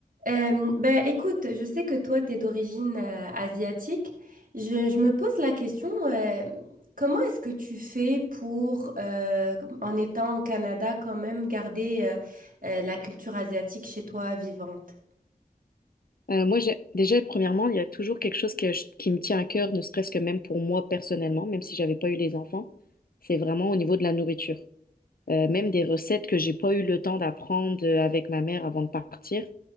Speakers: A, on the right; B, on the left.
A: Euh, ben, écoute, je sais que toi, tu es d'origine euh, asiatique. Je, je me pose la question, euh, comment est-ce que tu fais pour, euh, en étant au Canada, quand même garder euh, euh, la culture asiatique chez toi vivante?
B: Euh, moi, j'ai- déjà, premièrement, il y a toujours quelque chose que je- qui me tient à cœur, ne serait-ce que même pour moi personnellement, même si j'avais pas eu les enfants, c'est vraiment au niveau de la nourriture. Euh, même des recettes que j'ai pas eu le temps d'apprendre euh, avec ma mère avant de partir,